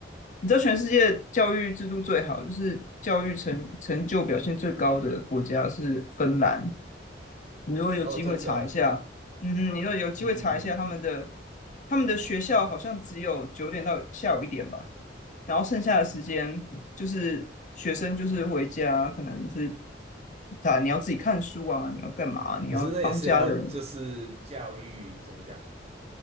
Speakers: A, on the left; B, on the right.
A: 你知道全世界教育制度最好，就是教育成成就表现最高的国家是芬兰。你如果有机会查一下，
B: 哦，真的啊，
A: 嗯哼，你如果有机会查一下他们的
B: 嗯嗯嗯。
A: 他们的学校好像只有九点到下午一点吧。然后剩下的时间就是学生就是回家，可能是啊你要自己看书啊，你要干嘛啊？你要帮家人。
B: 可是那也是要，就是教育怎么讲？